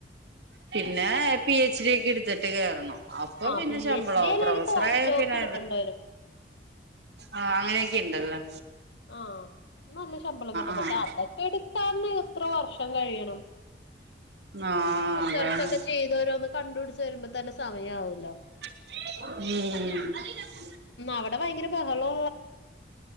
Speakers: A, on the right; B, on the left.
A: പിന്നെ പി എച്ച് ഡി ഒക്കെ എടുത്തിട്ട് കയറണം. അപ്പൊ
B: ആ
A: പിന്നെ
B: പി
A: ശമ്പളാവും
B: എച്ച് ഡി അല്ലേല്
A: പ്രൊഫസറായ
B: പോസ്റ്റ് ഡോക്ക്
A: പിന്നെ
B: എടുക്കണ്ട വരും
A: അഹ് അങ്ങനെയൊക്കെ ഇണ്ടല്ലേ
B: ആഹ് നല്ല ശമ്പളം കിട്ടും
A: ആഹ്
B: <unintelligible> അതൊക്കെ എടുക്കാന്ന് എത്ര വർഷം കഴിയണം
A: ആഹ്
B: റിസർച്ച്
A: അതാണ്
B: ഒക്കെ ചെയ്ത് ഓരോന്ന് കണ്ട് പിടിച്ച് വരുമ്പോ തന്നെ സമയാവൂലോ
A: ഉം
B: അവടെ ഭയങ്കര ബഹളോ